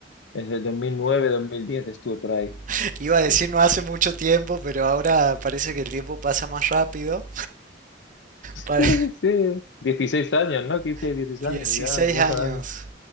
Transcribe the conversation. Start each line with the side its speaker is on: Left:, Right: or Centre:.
Left: desde el 2009, 2010 estuve por ahí.
Right: <laughs> Iba
Left: Sí,
Right: a decir no hace mucho tiempo, pero ahora parece que el tiempo pasa más rápido. Para
Left: sí, sí. 16 años, ¿no? 15,
Right: <laughs>
Left: 16
Right: 16
Left: años, ya, ya
Right: años.
Left: son años.